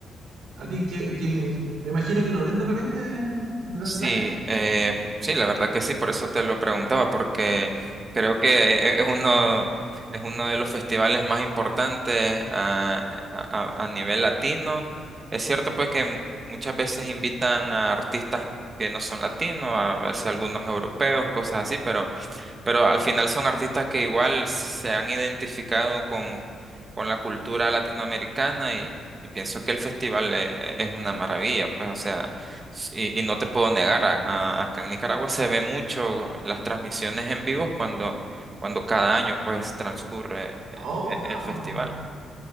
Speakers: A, on the right; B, on the right.
A: A ti, que, que me imagino que lo ven de repente durante
B: Sí,
A: el año.
B: eh, sí, la verdad que sí, por eso te lo preguntaba, porque creo que e, es uno, es uno de los festivales más importantes a, a- a nivel latino. Es cierto pues que muchas veces invitan a artistas que no son latinos, a veces algunos europeos, cosas así, pero pero al final son artistas que igual se han identificado con, con la cultura latinoamericana y, y pienso que el festival e- e- es, una maravilla, pues, o sea, s- y, y no te puedo negar, a- a- acá en Nicaragua se ve mucho las transmisiones en vivo cuando, cuando cada año pues transcurre e-
A: ¡Oh!
B: e- el festival.